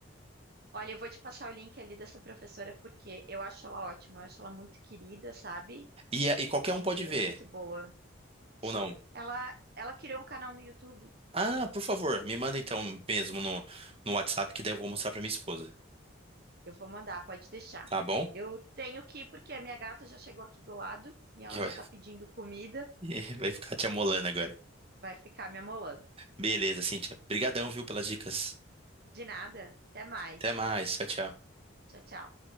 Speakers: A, on the right; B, on the right.
A: Olha, eu vou te passar o link ali dessa professora porque eu acho ela ótima, eu acho ela muito querida, sabe?
B: E, é, e qualquer
A: E
B: um pode
A: ela
B: ver,
A: é muito boa.
B: ou
A: Sim,
B: não.
A: ela ela criou um canal no YouTube.
B: Ah, por favor, me manda então mesmo no, no WhatsApp, que daí eu vou mostrar pra minha esposa.
A: Eu vou mandar, pode deixar.
B: Tá bom?
A: Eu tenho que ir porque a minha gata já chegou aqui do lado e ela
B: Já
A: já tá pedindo comida,
B: Vai <laughs> vai ficar te amolando agora.
A: vai ficar me amolando.
B: Beleza, Cíntia. Obrigadão, viu, pelas dicas.
A: De nada, até mais.
B: Até mais. Tchau, tchau.
A: Tchau, tchau.